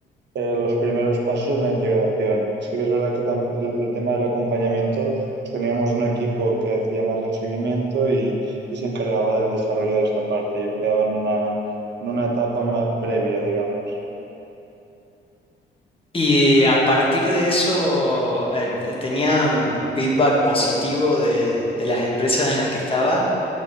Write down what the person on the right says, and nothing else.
eh, los primeros pasos en la integración. Sí que es verdad que tam- el, el tema del acompañamiento, pues teníamos un equipo que hacía más el seguimiento y, y se encargaba del desarrollo de esta parte. Yo me quedaba en una, en una etapa más previa, digamos.